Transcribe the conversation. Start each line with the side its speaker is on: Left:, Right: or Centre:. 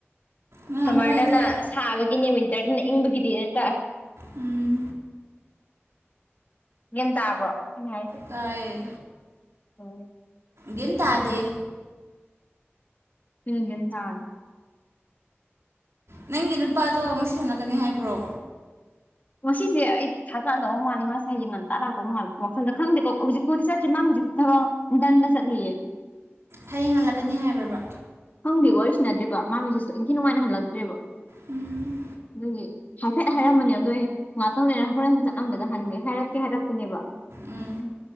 Right: ꯅꯍꯥꯟꯋꯥꯏꯗꯤ
Left: ꯁꯝꯃꯔꯗꯅ ꯁꯥꯕꯒꯤꯅꯤ ꯋꯤꯟꯇꯔꯗꯅ ꯏꯪꯕꯒꯤꯗꯤꯅ ꯇꯥꯔꯦ
Right: ꯎꯝ
Left: ꯒ꯭ꯟ ꯇꯥꯕ꯭ꯔꯣ ꯑꯩꯅ ꯍꯥꯏꯁꯦ
Right: ꯇꯥꯏꯌꯦ
Left: ꯍ
Right: ꯒꯤꯟ ꯇꯥꯗꯦ
Left: ꯍꯒ ꯇꯥ
Right: ꯅꯪꯒꯤ ꯅꯨꯄꯥꯗꯣ ꯅꯨꯡꯁꯤ ꯁꯂꯛꯀꯅꯤ ꯍꯥꯏꯕ꯭ꯔꯣ
Left: ꯉꯁꯤꯁꯦ ꯑꯩ ꯊꯥꯖꯥꯅꯗꯧ ꯃꯥꯜꯂꯦ ꯃꯥꯁꯦ ꯌꯦꯡ ꯉꯟꯇꯥꯔꯥꯛꯇꯧ ꯃꯥꯜꯂꯦ ꯋꯥꯈꯜꯗ ꯈꯪꯗꯦꯀꯣ ꯍꯧꯖꯤꯛꯄꯨꯗꯤ ꯆꯠꯁꯤꯦ ꯃꯥ ꯍꯧꯖꯤꯛ ꯑꯕ ꯗꯟꯗ ꯆꯠꯂꯤꯌꯦ
Right: ꯍꯌꯦꯡ ꯍꯜꯂꯛꯀꯅꯤ ꯍꯥꯏꯕꯕꯥ
Left: ꯈꯪꯗꯤ ꯋꯥꯔꯤꯁꯤ ꯅꯗ꯭ꯔꯤꯔꯤꯕ ꯃꯥꯃꯤꯁꯤꯁꯨ ꯏꯪꯊꯤ ꯅꯨꯡꯉꯥꯏꯅ ꯍꯜꯂꯛꯇ꯭ꯔꯦꯕ
Right: ꯎꯝ
Left: ꯑꯗꯨꯒꯤ ꯍꯥꯏꯐꯦꯠ ꯍꯥꯏꯔꯝꯕꯅꯦ ꯑꯗꯨ ꯉꯍꯥꯛꯇꯪ ꯂꯩꯔ ꯍꯣꯔꯦꯟ ꯆꯠꯂꯝꯂꯒ ꯍꯟꯒꯦ ꯍꯥꯏꯔꯛꯀꯦ ꯍꯥꯏꯔꯛꯄꯅꯦꯕ
Right: ꯎꯝ